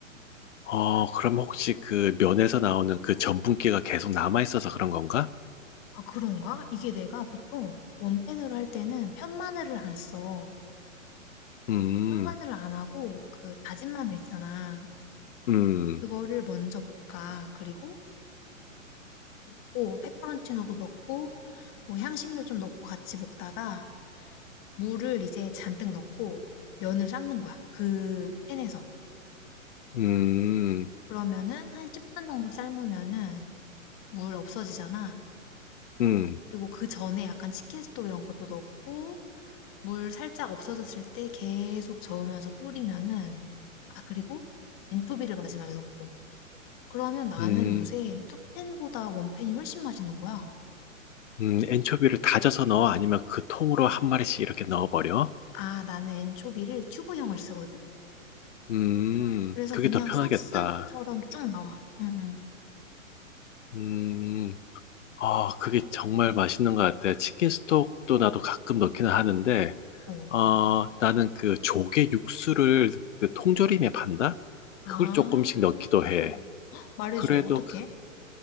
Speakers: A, on the left (about 60°); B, on the left (about 35°).
A: 어, 그럼 혹시 그 면에서
B: 어.
A: 나오는 그 전분기가 계속 남아있어서 그런 건가?
B: 아, 그런가? 이게 내가 보통 원펜으로 할 때는 편마늘을 안 써.
A: 음,
B: 편마늘을 안 하고 그 다진 마늘 있잖아.
A: 음,
B: 그거를 먼저 볶아. 그리고 볶고 페퍼론치노도 넣고 뭐 향신료 좀 넣고 같이 볶다가 물을 이제 잔뜩 넣고 면을 삶는 거야. 그 팬에서.
A: 음,
B: 그러면은 한 10분 정도 삶으면은 물 없어지잖아.
A: 음,
B: 그리고 그 전에 약간 치킨 스톡 이런 것도 넣고 물 살짝 없어졌을 때 계속 저으면서 졸이면은 아 그리고 엔토비를 마지막에 넣고 그러면 나는
A: 음,
B: 요새 투펜보다 원펜이 훨씬 맛있는 거야.
A: 음, 엔초비를 다져서 넣어? 아니면 그 통으로 한 마리씩 이렇게 넣어버려?
B: 아 나는 엔초비를 튜브형을 쓰거든.
A: 음,
B: 그래서
A: 그게
B: 그냥
A: 더 편하겠다.
B: 소스처럼 쭉 나와. 응,
A: 음, 아, 그게 정말 맛있는 것 같아. 치킨 스톡도 나도 가끔 넣기는 하는데,
B: 응. 어.
A: 어, 나는 그 조개 육수를 그 통조림에 판다?
B: 아
A: 그걸 조금씩 넣기도 해.
B: 말해줘
A: 그래도,
B: 어떻게?